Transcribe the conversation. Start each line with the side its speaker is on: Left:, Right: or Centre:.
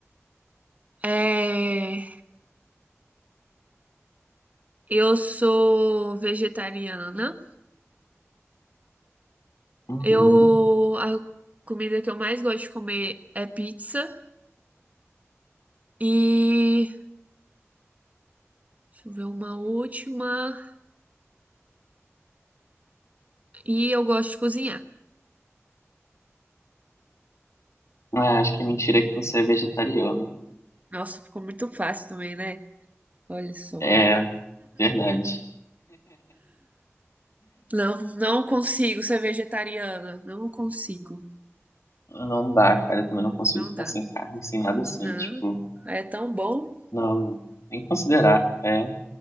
Right: É, Eu sou vegetariana.
Left: Uhum.
Right: Eu... A comida que eu mais gosto de comer é pizza. E... Deixa eu ver uma última. E eu gosto de cozinhar.
Left: Ah, acho que a mentira é que você é vegetariano.
Right: Nossa, ficou muito fácil também, né? Olha só.
Left: É, verdade.
Right: Não, não consigo ser vegetariana. Não consigo.
Left: Não dá, cara. Eu também não consigo
Right: Não
Left: ficar
Right: dá.
Left: sem carne, sem nada assim.
Right: Não.
Left: Tipo,
Right: É tão bom.
Left: não, nem considerar. É,